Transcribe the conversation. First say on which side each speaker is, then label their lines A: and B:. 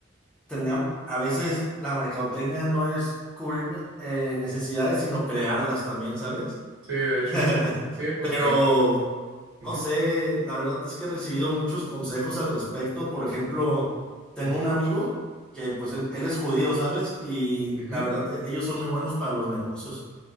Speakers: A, in the centre; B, on the right (about 80°).
A: tenían, a veces la mercadotecnia no es cubrir eh, necesidades, sino crearlas también, ¿sabes?
B: Sí, de hecho,
A: <laughs>
B: sí, pues
A: Pero,
B: que, ujú,
A: no sé, la verdad es que he recibido muchos consejos al respecto. Por ejemplo, tengo
B: ujú,
A: un amigo que pues él, él es judío, ¿sabes? Y
B: ujú,
A: la verdad, eh, ellos son muy buenos para los negocios